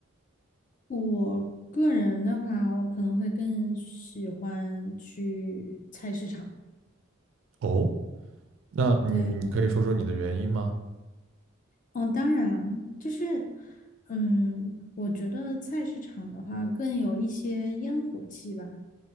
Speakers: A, on the left; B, on the right.
A: 我个人的话，我可能会更喜欢去菜市场。
B: 哦，那你你可以说说你的原因吗？
A: 对，哦，当然了，就是，嗯，我觉得菜市场的话更有一些烟火气吧，